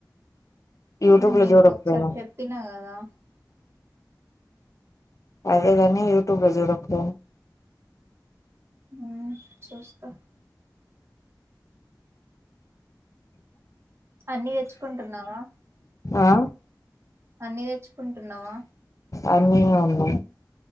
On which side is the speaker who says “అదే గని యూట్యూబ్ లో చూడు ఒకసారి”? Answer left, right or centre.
Left